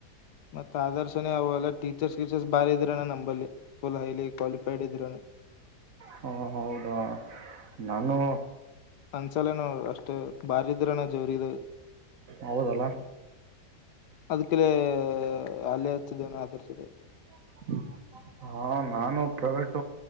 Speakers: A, on the left; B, on the right.
A: ಮತ್ತ ಆದರ್ಶನೇ ಅವ ಅಲ್ಲ ಟೀಚರ್ಸ್ ಟೀಚರ್ಸ್ ಬಾರ ಇದರನ ನಂಬ ಬ ಫುಲ್ ಹೈಲಿ ಕ್ವಾಲಿಫೈಡ್ ಇದರ
B: ಹಾ ಹೌದಾ ನಾನು
A: ಒಂದ್ಸಲ ನೋ ಅಷ್ಟ್ ಬಾರಿದ್ರನ ಜೋರಾವ <inaudible>
B: ಹೌದಲ್ಲ
A: ಅದಕ್ಕೆಲ <inaudible> ಅಲ್ಲೇ ಹಚ್ಚಿದ್ದೇನ ಆಧರಿಸಿದೆ <inaudible>
B: <unintelligible> ಹಾ ನಾನು ಪ್ರೈವೇಟ